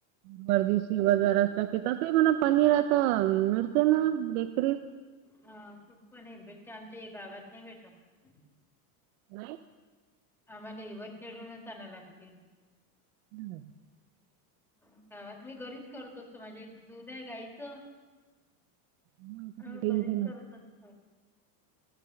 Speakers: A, on the right (about 70°); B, in the centre.
A: गरदीशी बजारा कि तसही म्हणा पनीर आता मिळते ना बेकरीत.
B: हा कुठ पण येईल भेट आमच्या गावात नाही भेटत.
A: नाहीय.
B: आम्हाला एवर खेळूनच आणा लागते.
A: <inaudible>
B: कावात मी घरीच करत असतो माझ्या इथं दूध आहे गाईचं.
A: मग आमचं
B: अा
A: काही टेन्शन
B: बरीच चालत असत.